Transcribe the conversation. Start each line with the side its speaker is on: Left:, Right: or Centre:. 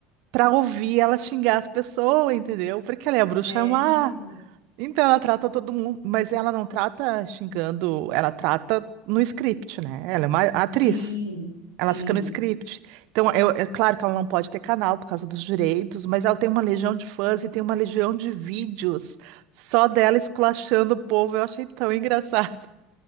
Right: pra ouvir ela xingar as pessoas, entendeu? Porque ela é a bruxa
Left: Sério?
Right: má. Então ela trata todo mundo, mas ela não trata xingando, ela trata no script, né? Ela é uma atriz.
Left: Sim,
Right: Ela
Left: sim.
Right: fica no script. Então, eu- é claro que ela não pode ter canal por causa dos direitos, mas ela tem uma legião de fãs e tem uma legião de vídeos só dela esculachando o povo. Eu achei tão engraçado.